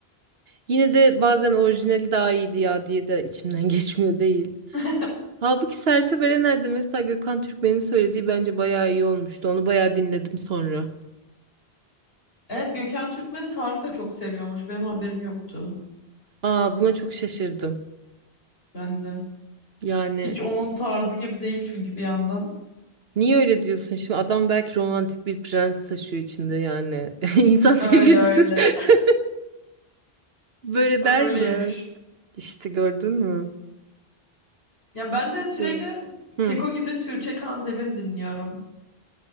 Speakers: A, on the right (about 70°); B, on the left (about 65°).
A: Yine de bazen orijinali daha iyiydi ya diye de içimden <laughs> geçmiyor değil.
B: <laughs>
A: Halbuki Sertab Erener'de mesela Gökhan Türkmen'in söylediği bence bayağı iyi olmuştu. Onu bayağı dinledim sonra.
B: Evet, Gökhan Türkmen'i Tarık da çok seviyormuş. Benim haberim yoktu.
A: Aa buna çok şaşırdım.
B: Ben de.
A: Yani
B: Hiç onun tarzı gibi değil çünkü bir yandan.
A: Niye öyle diyorsun? Şimdi adam belki romantik bir prens taşıyor içinde yani. <laughs> İnsan sevgilisi
B: Öyle öyle.
A: <laughs> böyle
B: Öyleymiş.
A: der mi? İşte gördün mü?
B: Ya ben de
A: Neyse.
B: sürekli
A: Hı.
B: Keko gibi Türkçe Kandemir dinliyorum.